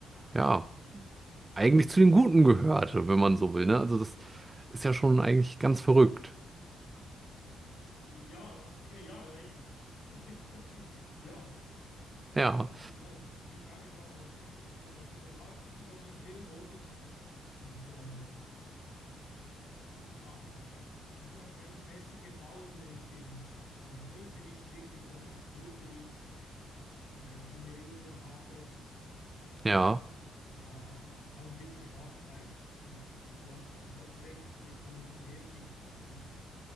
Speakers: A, on the right (about 20°); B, on the left (about 65°).
A: ja eigentlich zu den Guten gehört, wenn man so will, ne? Also das ist ja schon eigentlich ganz verrückt.
B: ja, okay, ja. eben. <laughs> Ja, und
A: Ja,
B: die, ja, die die Frage ist, wa- was, was erwartest du von dem Film, oder? Und äh, Ja, mir hat es eigentlich besser gefallen, wenn ich den, den Bösewicht wirklich so als Bösewicht äh, in Erinnerung habe. Und,
A: ja,
B: ja, halt, ist halt ein bisschen schwarz-weiß. Ist nicht, aber du hast, also du hast recht, es wird dann mehrschichtiger, oder?